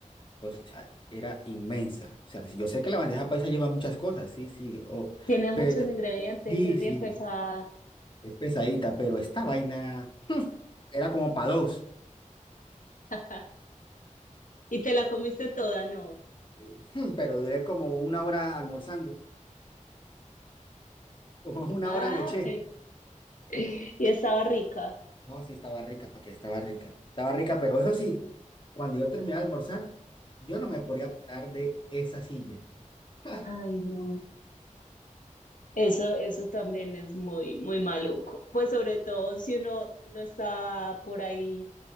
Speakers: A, on the left; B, on the left.
A: O sea, era inmensa. O sea, si yo sé que la bandeja paisa lleva muchas cosas, sí, sí. O,
B: Tiene muchos
A: pero
B: ingredientes,
A: sí,
B: es
A: sí,
B: bien pesada.
A: es pesadita, pero esta vaina era como para dos.
B: <laughs> Y te la comiste toda, ¿no?
A: Eh, hmm, Pero duré como una hora almorzando, <laughs> como una
B: Ay,
A: hora me eché.
B: <laughs> y estaba rica.
A: No, sí, estaba rica, que estaba rica. Estaba rica, pero eso sí, cuando yo terminé de almorzar, yo no me podía parar de esa silla. <laughs>
B: Ay, no. Eso, eso también es muy, muy maluco. Pues sobre todo si uno, si uno está por ahí